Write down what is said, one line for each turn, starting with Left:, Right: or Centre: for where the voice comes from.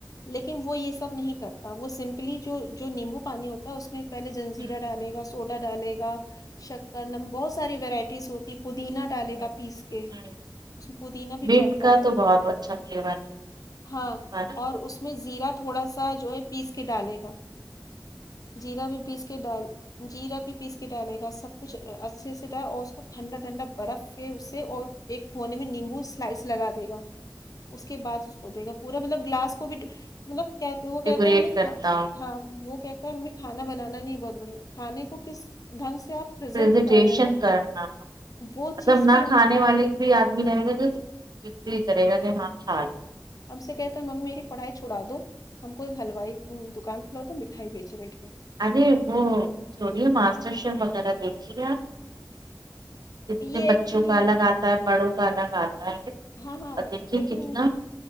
Left: لیکن وہ یہ سب نہیں کرتا وہ سمپلی جو جو نیمبو پانی ہوتا ہے اس میں پہے جنجیر
Right: ہوں
Left: ڈالے گا سوڈا ڈالے گا شکر نم بہت ساری وورائٹیز ہوتی پودینا ڈالے
Right: ہوں
Left: کا پیس کے
Right: ہوں
Left: اس میں پودینہ بھی
Right: منٹ
Left: پڑتا
Right: کا
Left: ہے
Right: تو بہت اچھا فلیور ہے
Left: ہاں
Right: نا
Left: اور اس میں زیرہ تھوڑا سا جو ہے پیس کے ڈالے گا جیرا بھی پیس کے ڈال جیرہ بھی پیس کے ڈالے گا سب کچھ اچھے سے ڈال اور اس کو ٹھنڈا ٹھنڈا برف پ اس سے اور ایک کونے میں نیمبو سلائس لگا دے گا اس کے بعد اس کو دے گا پورا مطلب گلاس کو بھی مطلب کہ وہ کہتے
Right: ڈیکوریٹ
Left: ہیں ہمیں
Right: کرتا ہوں
Left: ہاں وہ کہ یں کھانا بنانا نہیں بہت بڑھے کھانے کو کس ڈھنگ سے آپ پرزینٹ
Right: زیٹیشن
Left: کر رہے ہو
Right: کرنا تھا
Left: وہ
Right: مطلب
Left: چیز
Right: نہ
Left: بھی وہ-
Right: کھانے والے بھی آدمی رہے گا چتی کرے گا کہ ہاں کھ ل
Left: ہم سے کہتا ہے ممی میری پڑھائی چھڑا دو ہم کو ہلوائی دکان کھلا تو مٹھائی بیچے بیٹھ کے
Right: ارے وہ چوڑیے ماسٹر شیف وغیرہ دیکھیے آپ کتنے
Left: یہ
Right: بچوں
Left: ایکچولی
Right: کا الگ آتا ہے بڑوں کا الگ آتا ہے
Left: ہاں ہاں
Right: دیکھیے
Left: لیکن
Right: کتنا